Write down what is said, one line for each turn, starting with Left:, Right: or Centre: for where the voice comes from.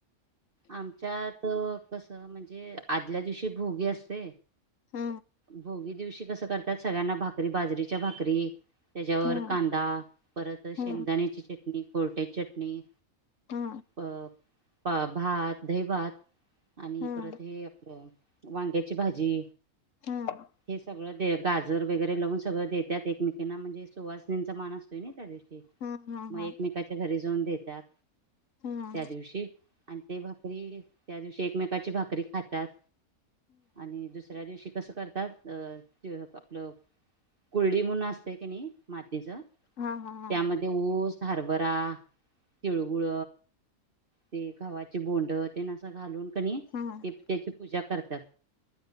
Right: आमच्यात कस म्हणजे आदल्या दिवशी भोगी असते
Left: हा
Right: भोगी दिवशी कसं करतात सगळ्यांना भाकरी बाजरीच्या भाकरी त्याच्यावर
Left: हा
Right: कांदा परत शेंगदाण्याची
Left: हा
Right: चटणी भुरट्याची चटणी
Left: हा
Right: प पा भात दही भात आणि
Left: हा
Right: परत
Left: हा
Right: हे आपलं वांग्याची भाजी
Left: ह <unintelligible>
Right: हे सगळं दे गाजर वगैरे लावून सगळ देतात. एकमेकींना म्हणजे सुवासनींचा मान असतोय ना त्या दिवशी.
Left: हा हा हा
Right: मग
Left: हा
Right: एकमेकाचा घरी जाऊन देतात
Left: हा
Right: त्या दिवशी आणि ते भाकरी त्या दिवशी एकमेकाची भाकरी खात्यात. आणि दुसऱ्या दिवशी कसं करतात ते आपलं कुलडी म्हणून असते कणी मात तिज
Left: हा हा हा
Right: त्यामध्ये ऊस हरबरा तिळगुळ ते घव्हाचे बोंड तेन असं घालून कनी
Left: हा
Right: ते त्याची पूजा करत्यात.